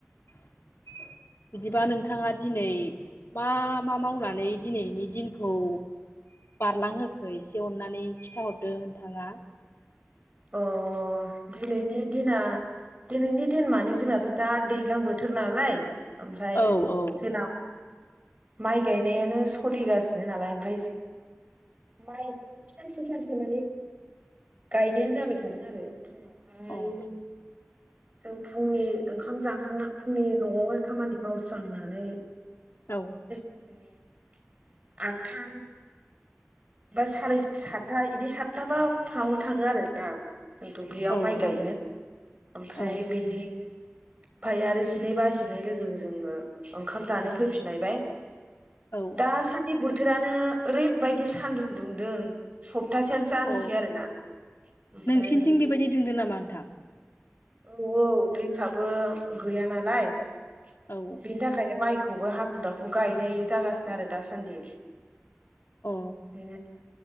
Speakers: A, on the left; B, on the right.
A: <inaudible> बिदिबा नोंथाङा दिनै मा मा मावनानै दिनैनि दिनखौ बारलांहोखो एसे अननानै खिथाहरदो नोंथाङा।
B: अ अ दिनैनि दिना दिनैनि दिन माने जोंनाथ' दा दैज्लां बोथोर नालाय ओमफ्राय
A: औ औ
B: <unintelligible> माइ गायनायानो सोलिगासिनो नालाय ओमफ्राय जों माइ सानसे सानसे माने गायनायानो जाबाय थादों आरो। फुङावहाय
A: अ
B: जों फुंनि ओंखाम जाखांना फुंनि न'आवहाय खामानि मावस्रांनानै
A: औ
B: <inaudible> आदथा बा साराय सातथा बिदि सातथााबा फावनो थाङो आरो ना। दुब्लियाव
A: औ
B: माइ गायनो।
A: औ
B: ओमफ्राय
A: औ
B: बेनि ओमफाय आरो जिनै बा जिनै लोगो लोगो जोङो ओंखाम जानो फैफिनलायबाय‌।
A: औ
B: दासान्दि बोथोरानो ओरैबायदि सान्दुं दुंदों साब थासेयानो जानसै
A: अ
B: आरोना ओमफ्राय
A: नोंसिनिथिं
B: दै
A: बेबायदि दुंदों नामा नोंथां?
B: औ औ दैफ्राबो गैया नालाय <inaudible>
A: औ
B: बिनि थाखायनो माइ खौबो हाखु दाखु गायनाय जागासिनो आरो दासान्दि
A: अ
B: <unintelligible>